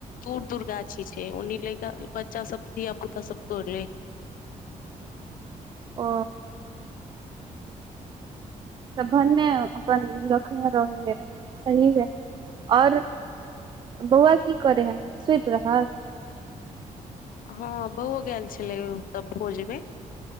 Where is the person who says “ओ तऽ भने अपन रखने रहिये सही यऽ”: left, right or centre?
Right